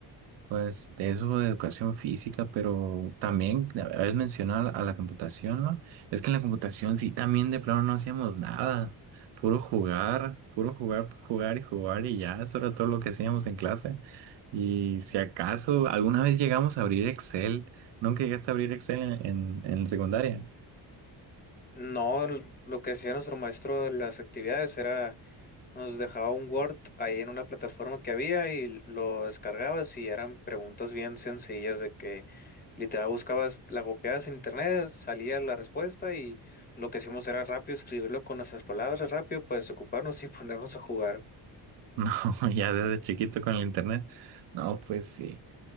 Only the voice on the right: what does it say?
Pues de eso de educación física, pero también habéis mencionado a la computación, ¿no? Es que en la computación sí también de plano no hacíamos nada, puro jugar, puro jugar, jugar y jugar y ya, eso era todo lo que hacíamos en clase. Y si acaso alguna vez llegamos a abrir Excel, ¿nunca llegaste a abrir Excel en, en, en la secundaria? <laughs>
No, ya desde chiquito con el internet. No, pues sí.